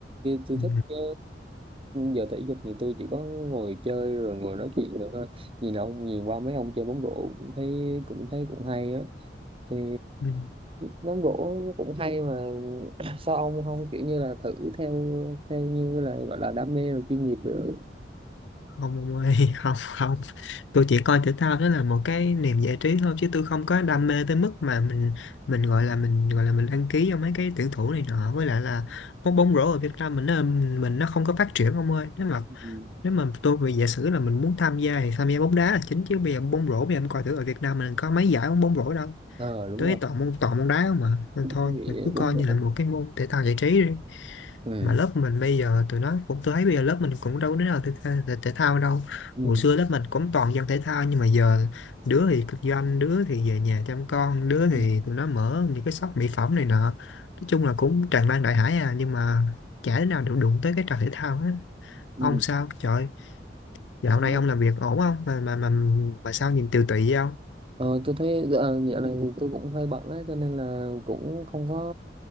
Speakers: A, on the right; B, on the left.
A: tôi
B: ừ.
A: thích ờ, giờ thể dục thì tôi chỉ có ngồi chơi rồi ngồi nói chuyện được thôi nhìn ông nhìn qua mấy ông chơi bóng rổ cũng thấy cũng thấy cũng hay á thì
B: ừ. ừ.
A: nón gỗ nó cũng hay mà <clears throat> sao ông không kiểu như là thử theo theo như là gọi là đam mê và chuyên nghiệp nữa
B: không ông ơi <laughs> không không tôi chỉ coi thể thao đó là một cái niềm giải trí thôi chứ tôi không có đam mê tới mức mà mình mình gọi là mình gọi là mình đăng ký cho mấy cái tuyển thủ này nọ với lại là bóng bóng rổ ở Việt Nam mình nó mình nó không có phát triển ông ơi nếu mà
A: Ừ.
B: nếu mà tôi về giả sử là mình muốn tham gia thì tham gia bóng đá là chính chứ bây giờ bóng rổ bây giờ em coi thử ở Việt Nam mình có mấy giải bóng bóng rổ đâu
A: ờ đúng
B: tôi
A: rồi
B: toàn môn toàn môn đá không mà nên
A: Cái
B: thôi
A: bị
B: mình cứ
A: bún
B: coi
A: bổ
B: như là một cái môn thể thao giải trí đi
A: ừ
B: mà lớp mình bây giờ tụi nó cũng tôi thấy bây giờ lớp mình cũng đâu có đứa nào thể, thể, thể thao đâu
A: Ừ.
B: hồi xưa lớp mình cũng toàn dân thể thao nhưng mà giờ đứa thì kinh doanh đứa thì về nhà chăm con đứa thì
A: Ừ.
B: tụi nó mở những cái shop mỹ phẩm này nọ nói chung là cũng tràn lan đại hải à nhưng mà chả đứa nào được đụng tới cái trò thể thao hết
A: Ừ.
B: ông sao trời dạo
A: Ờ,
B: này ông làm việc ổn không mà mà mà mà sao nhìn tiều tụy vậy ông
A: ờ, tôi thấy ờ, dạo này thì tôi cũng hơi bận á cho nên là cũng không có